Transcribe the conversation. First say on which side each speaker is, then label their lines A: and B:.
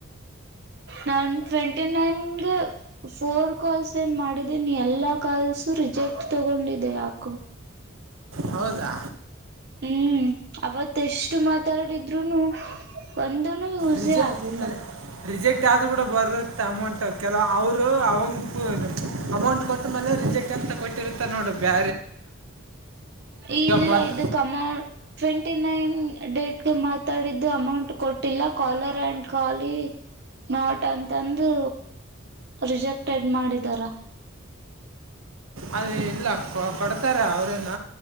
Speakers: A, on the right; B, on the right.
A: ನಾನ್ ಟ್ವೆಂಟಿ ನೈನ್ಗೆ ಫೋರ್ ಕಾಲ್ಸ್ ಏನ್ ಮಾಡಿದ್ದೀನಿ ಎಲ್ಲಾ ಕಾಲ್ಸುರಿಪ್ ರಿಜೆಕ್ಟ್ ತಗೊಂಡಿದೆೆ ಯಾಕೋ
B: ಹೌದಾ
A: ಹೂ ಅವತ್ ಎಷ್ಟು ಮಾತಾಡಿದ್ರುನು ಒಂದುನು ಇ ಯೂಸೇ
B: ರಿಜೆ
A: ಆಗಿಲ್ಲ
B: ರಿಜೆಕ್ಟ್ ಆದರೂ ಕೂಡ ಬರುತ್ತೆ ಅಮೌಂಟ್ ಕೆಲವ ಅವರು ಅವಂ ಅಮೌಂಟ್ ಕೊಟ್ಟ ಮೇಲೆ ೆ ಅಂತ ಕೊಟ್ಟಿರುತ್ತೆ ನೋಡು ಬ್ಯ
A: ಇಲ್ಲ
B: ಮೊದ್
A: ಇದು ಅಮೌನ್ ಟ್ವೆಂಟಿ ನೈನ್ ಡೇಟ್ಗೆ ಮಾತಾಡಿದ್ದು ಅಮೌಂಟ್ ಕೊಟ್ಟಿಲ್ಲ ಕಾಲರ್ ಆಂಡ್ ಕಾಲಿ ನೋಟ್ ಅಂತಂದು ರಿಜೆಕ್ಟೆಡ್ ಮಾಡಿದಾರ
B: ಅದೇ ಇಲ್ಲ ಕೊ ಕೊಡ್ತಾರೆ ಅವ್ರನ್ನ